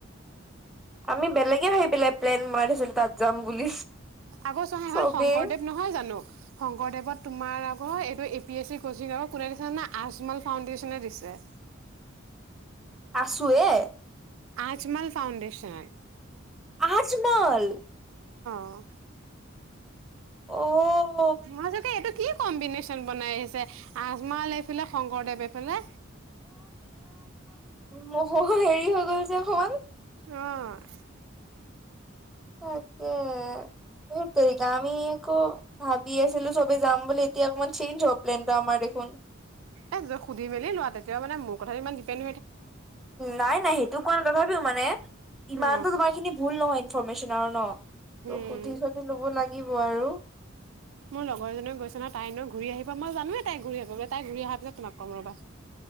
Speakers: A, in the centre; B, on the right.
A: আমি বেলেগে ভাবি পেলাই প্লেন বনাই দিছিলো তাত যাম বুলি
B: আকৌ চহা
A: চবেই
B: এখন শংকৰদেৱ নহয় জানো? শংকৰদেৱত তোমাৰ আ অ', এইটো A P S C coaching অক, কোনে দিছে জানা? আজমল ফাউডেশ্যনে দিছে।
A: আছো এহে
B: আজমাল ফাওণ্ডেশন
A: আজ মল
B: অ',
A: অ',
B: মাজতে এইটো কি কম্বিনেচন প্লেন বনাই আহিছে, আজমল এইফালে, শংকৰদেৱ এইফালে
A: মহো হেৰি হৈ গ'ল যে অকমান
B: অ',
A: তাকে হেততেৰিকা আমি আকৌ ভাব দি আছিলো চবে যাম বুলি এতিয়া অকমান চেইনজ হ'ব প্লেনটো আমাৰ দেখোন।
B: এই সুধি মেলি লোৱা তেতিয়া মানে মোক কথাটো ইমান দীপেন
A: নাই নাই সেইটো <unintelligible> মানে, ইমান
B: অ
A: টো তোমাৰ এইখিনি ভুল নহয় ইনফৰ্মেচন আৰু ন', ত
B: উম
A: সুধি চুধি ল'ব লাগে কি বি আৰু
B: মোৰ লগৰজনী গৈছে ন তাই এনেও ঘূৰি আহিবা, মই জানোৱে তাই ঘূৰি আহিব। তাই ঘূৰি অহা পিছত তোমাক কম ৰবা